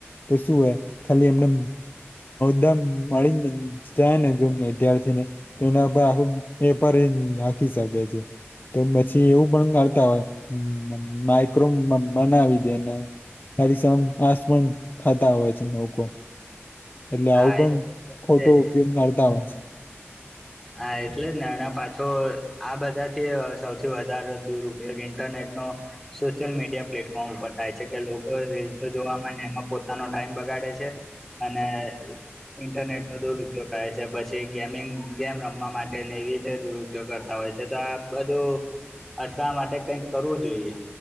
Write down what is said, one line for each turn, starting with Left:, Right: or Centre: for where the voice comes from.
Left: તો શું હોય ખાલી એમને <inaudible> જાય ને જોમ વિદ્યાર્થી ને તો એના ઉપર આખું પેપર એ નાખી શકે છે. તો પછી એવું પણ કરતા હોય <unintelligible> માઈક્રો બનાવી દે ને. અરીસા <unintelligible> પાસ પણ થતા હોય છે, લોકો. એટલે
Centre: હા
Left: આવું પણ
Centre: એ તો
Left: ખોટો
Centre: છે જ
Left: ઉપયોગ કરતા હોય છે.
Centre: હા એટલે ને એના પાછો આ બધા થી એ સૌથી વધારે દુરઉપયોગ ઇન્ટરનેટ નો. <unintelligible> મીડિયા પ્લેટફોર્મ ઉપર થાય છે, કે લોકો રીલ્સો જોવામાં અન એમાં પોતાનો ટાઈમ બગાડે છે. અને ઇન્ટરનેટ નો દુરઉપયોગ કરે છે, પછી ગેમિંગ. ગેમ રમવા માટે એવી રીતે દુરઉપયોગ કરતા હોય છે, તો આ બધું. અટલા માટે કઈક કરવું જોઈએ